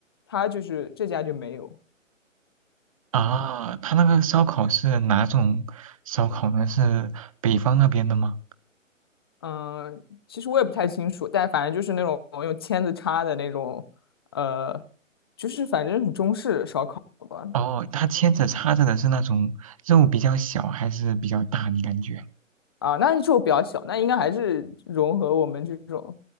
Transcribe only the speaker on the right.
啊。他那个烧烤是哪种烧烤呢？是北方那边的吗？
哦，他牵着插着的是那种肉比较小还是比较大？你感觉？